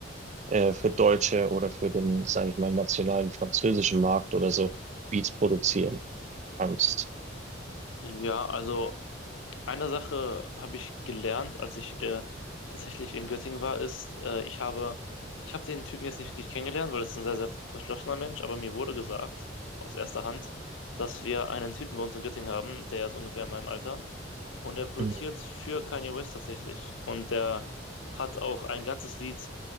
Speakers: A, on the right; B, on the left.
A: äh, für deutsche oder für den, sage ich mal, nationalen französischen Markt oder so Beats produzieren kannst?
B: Ja, also eine Sache habe ich gelernt, als ich äh, tatsächlich in Göttingen war, ist, äh, ich habe, ich habe den Typen jetzt nicht richtig kennengelernt, weil es ein sehr, sehr verschlossener Mensch, aber mir wurde gesagt, aus erster Hand, dass wir einen Typen bei uns in Göttingen haben, der ist ungefähr in meinem Alter und der produziert
A: Mhm.
B: für Kanye West tatsächlich. Und der hat auch ein ganzes Lied